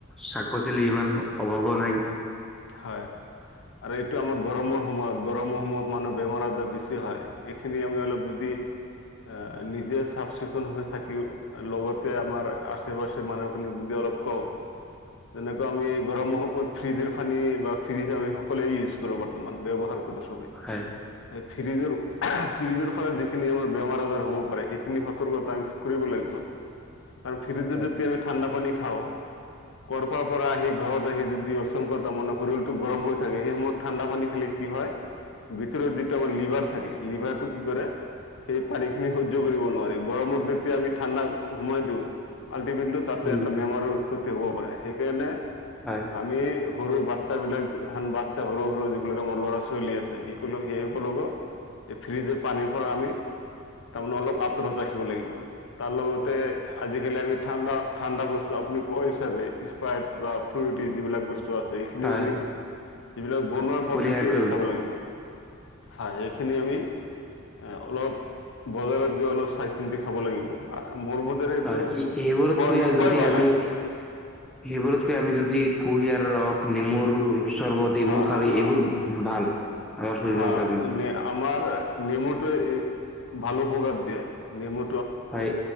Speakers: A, in the centre; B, on the left.
A: শাক পাচলি ইমান অভাৱো নাই।
B: হয়। আৰু এইটো আমাৰ গৰমৰ সময়ত, গৰমৰ সময়ত মানুহ বেমাৰ আজাৰ বেছি হয়। এইখিনি আমি অলপ যদি আহ, নিজে চাফ চিকুণ হৈ থাকিও লগতে আমাৰ আচে পাচে মানুহখিনিক ব্য অলপ কওঁ, যেনেকুৱা আমি গৰমত ফ্ৰিজৰ <unintelligible> ফিৰিজ আমি সকলোৱে ইউছ কৰোঁ, বৰ্তমান ব্যৱহাৰ কৰোঁ চৱে
A: হয়
B: ফ্ৰিজৰ, ফ্ৰিজৰ ফালে যিখিনি আমাৰ বেমাৰ আজাৰ হ'ব পাৰে, সেইখিনি সতৰ্কতা আমি কৰিব লাগিব। কাৰ ফ্ৰীজত
A: হয়
B: যদি আমি ঠাণ্ডা পানী খাওঁ। কৰ'পাৰ পৰা আহি ঘৰত আহি যদি <unintelligible> তাৰ মানে শৰীৰটো গৰম হৈ থাকে। সেই সময়ত ঠাণ্ডা পানী খালে কি হয়, ভিতৰত যিটো আমাৰ লিভাৰ থাকে লিভাৰ টো কি কৰে, সেই পানী খিনি সহয্য কৰিব নোৱাৰি। গৰমৰ যেতিয়া আমি ঠাণ্ডা সোমাই দিওঁ। আল্টিমেটলি তাতে
A: উম
B: এটা বেমাৰৰ উৎপত্তি হ'ব পাৰে, সেইকাৰণে
A: হয়
B: আমি সৰু বাচ্ছাবিলাক। বাচ্ছা সৰু সৰু যিবিলাক আমাৰ ল'ৰা ছোৱালী আছে, শিক ল সেই সকলোকে এই ফ্ৰিজৰ পানীৰ পৰা আমি তাৰমানে অলপ আপ‌ আঁতৰত ৰাখিব লাগিব। তাৰ লগত এ, আজিকালি আমি ঠাণ্ডা ঠাণ্ডা বস্তু আপুনি কয় হিচাপে স্প্ৰাইট বা ফ্ৰুটি যিবিলাক বস্তু আছে, এইখিনিও
A: হয়
B: আমি যিবিলাক বনোৱা পদ্ধতি
A: কৰিয়াকৈ
B: আমি চাব লাগিব। হয়। এইখিনি আমি এ, অলপ বজাৰত গৈ অলপ চাই চিন্তি খাব লাগিব। মোৰ বোধেৰে এইটো
A: হয়। এইবোৰতকৈ
B: খোৱা নোখোৱাই
A: যদি
B: ভাল
A: আমি
B: আৰু
A: এবোৰতকৈ
B: কি
A: আমি যদি কুঁহিয়াৰ ৰস, নেমুৰ চৰবত এইবোৰ
B: হা হা
A: খাওঁ,
B: হা
A: এইবোৰ ভাল। আমাৰ শৰীৰৰ
B: হা,
A: কাৰণে
B: ন। আমাৰ নেমুটো ভালো উপকাৰ দিয়ে। নেমু
A: হয়।